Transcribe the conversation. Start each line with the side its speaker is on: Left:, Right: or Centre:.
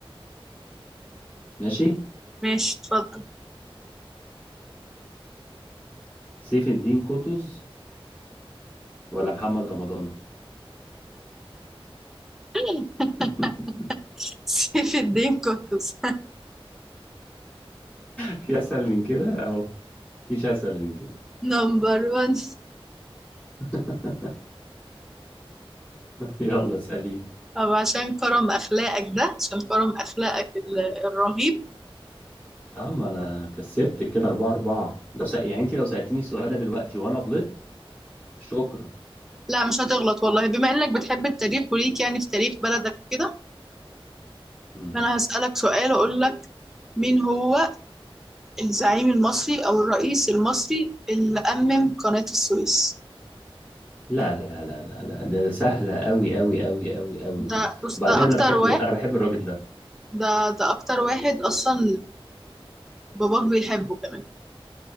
Left: ماشي؟
Centre: ماشي اتفضل
Left: سيف الدين قطز ولا محمد رمضان؟
Centre: <laughs>
Left: <laughs>
Centre: سيف الدين قطز
Left: في أسهل من كده أو مفيش أسهل من كده
Centre: نمبر 1
Left: <laughs> يلا اسأليني
Centre: طب عشان كرم أخلاقك ده عشان كرم أخلاقك ال- الرهيب
Left: اه ما أنا كسبت كده أربعة أربعة لو سأ... يعني أنت لو سألتني السؤال ده دلوقتي وأنا غلطت شكرا
Centre: لا مش هتغلط والله بما إنك بتحب التاريخ وليك يعني في تاريخ بلدك كده
Left: مم.
Centre: أنا هسألك سؤال أقول لك مين هو الزعيم المصري أو الرئيس المصري اللي أمم قناة السويس
Left: لا لا لا لا لا ده ده سهلة أوي أوي أوي أوي أوي
Centre: ده
Left: دي
Centre: بص
Left: وبعدين
Centre: ده أكتر
Left: أنا بحب
Centre: واحد
Left: أنا بحب الراجل ده
Centre: ده ده أكتر واحد أصلا باباك بيحبه كمان